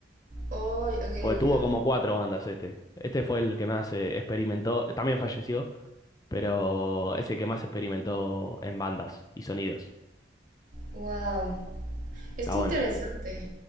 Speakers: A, on the right; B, on the left.
A: Oh, ok,
B: Porque
A: ok,
B: tuvo
A: ok.
B: como cuatro bandas este. Este fue el que más eh, experimentó. También falleció, pero es el que más experimentó en bandas y sonidos.
A: Wow. Esto
B: Está bueno.
A: interesante.